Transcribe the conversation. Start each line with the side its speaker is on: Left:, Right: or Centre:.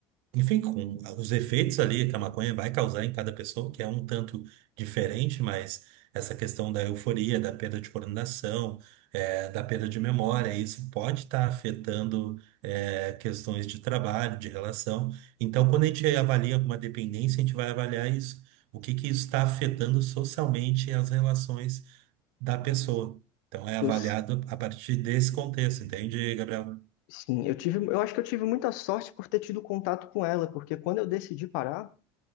Right: enfim, com os efeitos ali que a maconha vai causar em cada pessoa, que é um tanto diferente, mas essa questão da euforia, da perda de coordenação, eh, da perda de memória, isso pode estar afetando, eh, questões de trabalho, de relação. Então, quando a gente avalia alguma dependência, a gente vai avaliar isso, o que que isso está afetando socialmente as relações da pessoa. Então, é avaliado
Left: Eu, s-
Right: a partir desse contexto, entende, Gabriel?
Left: Sim, eu tive, eu acho que eu tive muita sorte por ter tido contato com ela, porque quando eu decidi parar,